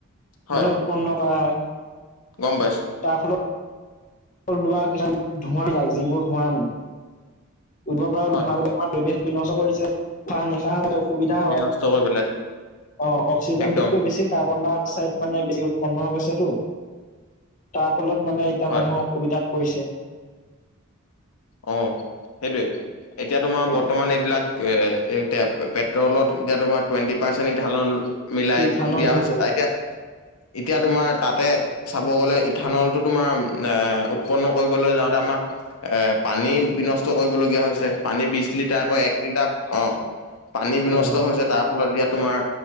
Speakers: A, on the left; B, on the left.
A: হয়
B: মানে উৎপন্ন কৰা হয়
A: গম পাইছো
B: তাৰ ফলত লোৱা ধোঁৱা বিলাগ যিবোৰ ধোঁৱা মানে উব পৰাল
A: হয়
B: ধোঁৱা বিলাগে তোমাৰ পৰিৱেশ বিনষ্ট কৰিছে উশাস নিশা হলে অসুবিধা হয়
A: বিনষ্ট কৰি পেলাইছে
B: অ অক্সিজেনটোতকৈ
A: একদম
B: বেছি কাৰ্বন ডাই অক্সাইড মানে বেছি উৎপন্ন হৈ গৈছেটো তাৰ ফলত মানে এতিয়া
A: হয়
B: মানুহৰ অসুবিধাত কৈছে
A: অ সেইটোৱে এতিয়া তোমাৰ
B: সেইটো
A: বৰ্তমান এইবিলাক এ এ পেট্ৰলত এতিয়া তোমাৰ টুৱেণ্টি পাৰ্চেণ্ট এথালন মিলাই
B: ইথানল
A: দিয়া
B: দিছে
A: হৈছে ত এতিয়া এতিয়া তোমাৰ তাতে চাব গলে ইথানলটো তোমাৰ এ উৎপন্ন কৰিবলৈ যাওঁতে আমাৰ এ পানী বিনষ্ট কৰিবলীয়া হৈছে। পানী বিশ লিটাৰকৈ এক লিটাৰ আহ' পানী বিনষ্ট
B: অ হয়
A: হৈছে তাৰ ফলত এতিয়া তোমাৰ